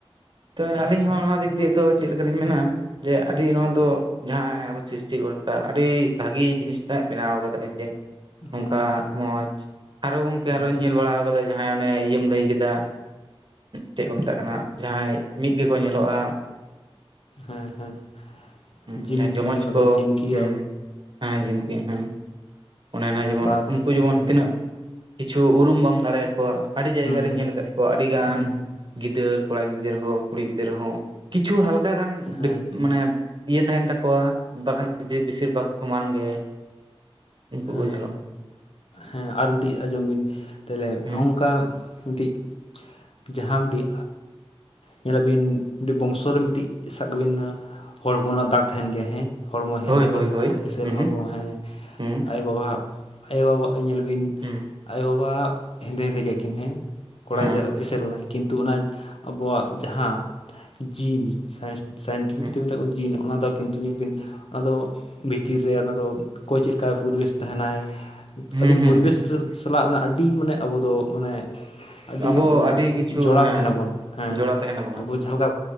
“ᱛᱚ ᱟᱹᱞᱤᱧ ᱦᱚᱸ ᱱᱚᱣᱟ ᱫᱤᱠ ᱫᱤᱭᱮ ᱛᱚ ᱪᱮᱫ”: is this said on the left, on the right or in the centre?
Right